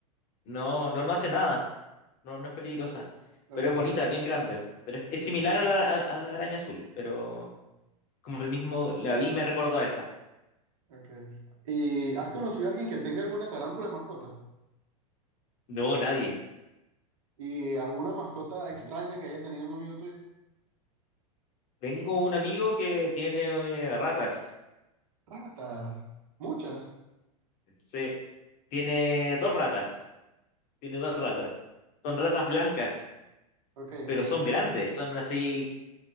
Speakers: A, on the left; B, on the right.
A: No, no, no hace nada, no, no es peligrosa,
B: Ok,
A: pero es bonita, es bien grande. Pero es, es similar
B: ok,
A: a la, a- a la araña azul, pero como el mismo, la vi y me recordó a esa.
B: ok. ¿Y has conocido a alguien que tenga alguna tarántula de mascota?
A: No, nadie.
B: ¿Y alguna mascota
A: No.
B: extraña que haya tenido un amigo tuyo?
A: Tengo un amigo que tiene eh, ratas.
B: Ratas, muchas.
A: Se, tiene dos ratas. Tiene dos ratas. Son ratas blancas,
B: Ok,
A: pero
B: ok.
A: son grandes, son así